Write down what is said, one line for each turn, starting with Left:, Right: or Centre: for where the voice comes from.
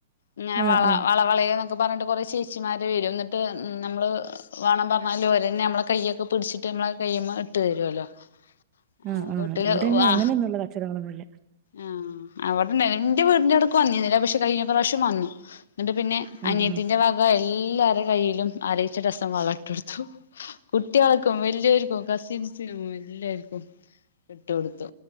Left: ഇങ്ങനെ
Right: ആ
Left: വള
Right: ആ
Left: വളവള ഒക്കെ പറഞ്ഞിട്ട് കുറേ ചേച്ചിമാർ വരും എന്നിട്ട് നമ്മൾ വേണം പറഞ്ഞാല് ഓരന്നെ ഞമ്മള കയൊക്കെ പിടിച്ചിട്ട് നമ്മള കൈ്യമ്മ ഇട്ട് തരുല്ലോ
Right: ആ
Left: ആഹ്
Right: ആ
Left: വീട്ടില്
Right: ഇവിടെങ്ങും
Left: വാ
Right: അങ്ങനെയൊന്നുള്ള കച്ചവടങ്ങളൊന്നുമില്ല
Left: ആഹ് അവിടെ എന്റെ വീടിന്റെറെ അടക്ക് വന്നീന്ന്ല്ല പക്ഷെ കഴഞ്ഞ പ്രാവശം വന്നു എന്നിട്ട് പിന്നെ
Right: ആ ആ
Left: അനിയത്തിന്റെ ഭാ എല്ലാരെ കയ്യിലും അരെച്ച ടസം വളട്ടെടുത്തു കുട്ടികൾക്കും വല്യോൽക്കും കസിൻസിനും എ ല്ലരിക്കും ഇട്ട് കൊടുത്തു